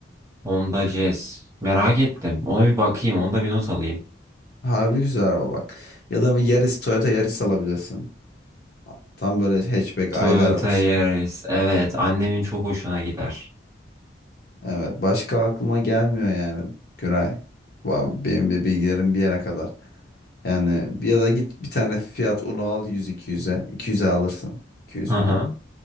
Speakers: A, on the right; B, on the left.
A: Honda Jazz. Merak ettim. Ona bir bakayım. Onda bir not alayım.
B: Harbi güzel araba bak. Ya da bir Yaris Toyota Yaris alabilirsin. Tam böyle hatchback
A: Toyota
B: aile arabası.
A: Yaris. Evet. Annemin çok hoşuna gider.
B: Evet, başka aklıma gelmiyor yani Güray. Va- Benim de bilgilerim bir yere kadar. Yani bir ya da git bir tane Fiat Uno al 100-200'e. 200'e alırsın. 200
A: Hı
B: bine.
A: hı.